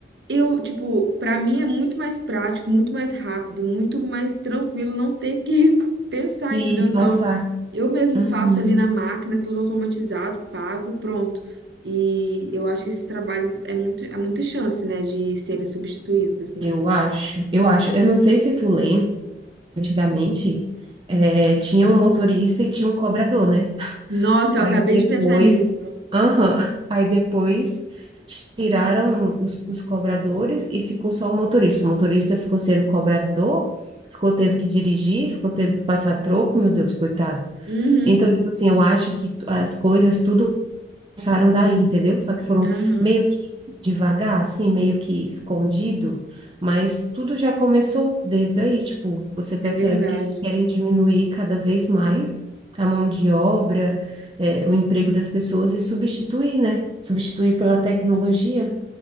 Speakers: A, on the right; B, on the right.
A: Eu, tipo, pra mim é muito mais prático, muito mais rápido, muito mais tranquilo não ter que <laughs> pensar,
B: Que
A: entendeu? Só
B: passar.
A: eu mesmo
B: Uhum.
A: faço ali na máquina, tudo automatizado, pago, pronto. E eu acho que esses trabalhos é muito, há muita chance, né, de serem substituídos, assim.
B: Eu acho, eu acho. Eu não sei se tu lembra, antigamente, eh, tinha um motorista e tinha um cobrador, né?
A: Nossa,
B: Aí
A: eu acabei
B: depois,
A: de pensar nisso.
B: aham, aí depois tiraram os, os cobradores e ficou só o motorista. O motorista ficou sendo cobrador, ficou tendo que dirigir, ficou tendo que passar troco, meu Deus, coitado.
A: Uhum,
B: Então, tipo assim, eu acho que tu- as coisas tudo começaram daí, entendeu? Só que foram
A: aham,
B: meio que devagar, assim, meio que escondido, mas tudo já começou desde aí, tipo, você percebe
A: é verdade.
B: que eles querem diminuir cada vez mais a mão de obra, é, o emprego das pessoas e substituir, né? Substituir pela tecnologia.